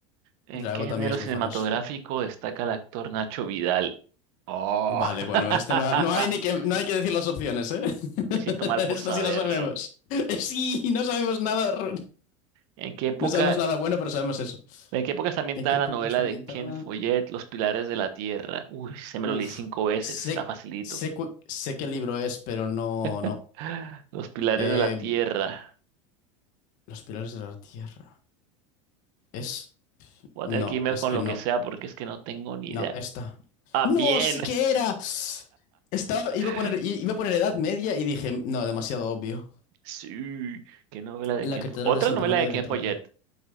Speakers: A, on the right; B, on the left.
A: ¿En
B: Drago
A: qué género
B: también es
A: cinematográfico
B: muy famoso.
A: destaca el actor Nacho Vidal? Oh.
B: Vale, bueno,
A: <laughs>
B: este no, ha- no hay ni que, no hay que decir las opciones, ¿eh?
A: Me
B: <laughs>
A: siento mal
B: Esto
A: por saberlo.
B: sí lo sabemos. <laughs> Sí, no sabemos nada, r-
A: ¿En qué época,
B: no sabemos nada bueno, pero sabemos eso.
A: en qué época está ambientada
B: ¿En qué época
A: la novela
B: está
A: de
B: ambientada?
A: Ken Follett, Los Pilares de la Tierra? Uy, se me lo
B: Uf,
A: leí cinco veces,
B: sé,
A: está facilito.
B: sé, cu- sé qué libro es, pero no, no.
A: <gasps> <sighs> Los Pilares
B: Eh,
A: de la Tierra.
B: Los pilares de la tierra. Es,
A: Voy
B: no,
A: a tener que irme
B: es
A: con
B: que
A: lo
B: no.
A: que sea porque es que no tengo ni
B: No,
A: idea.
B: esta.
A: Ah,
B: ¡No!
A: bien.
B: ¡Sí que era! Estaba, iba
A: <laughs>
B: a poner, i- iba a poner Edad Media y dije, no, demasiado obvio.
A: Sí, qué novela de
B: La
A: Ken
B: Catedral
A: Follett. Otra
B: de Santa
A: novela
B: María
A: de
B: de
A: Ken
B: Vittorio.
A: Follett.